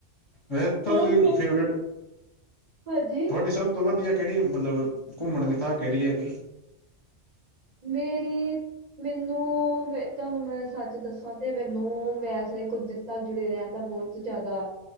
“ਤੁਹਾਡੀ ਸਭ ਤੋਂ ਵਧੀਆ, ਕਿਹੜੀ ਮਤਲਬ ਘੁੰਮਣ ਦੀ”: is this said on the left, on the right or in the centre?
Left